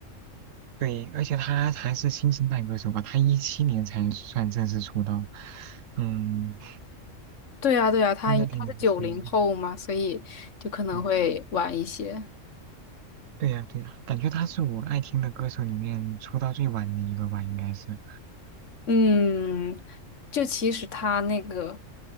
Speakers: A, on the right (about 80°); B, on the left (about 70°).
A: 对，而且他还是新生代歌手吧，他一七年才算正式出道，嗯，
B: 对呀，对呀，他他是九零后嘛，
A: 应该挺年轻的，
B: 所以就可能会晚一些。
A: 嗯。对呀，对呀，感觉他是我爱听的歌手里面出道最晚的一个吧，应该是
B: 嗯，就其实他那个，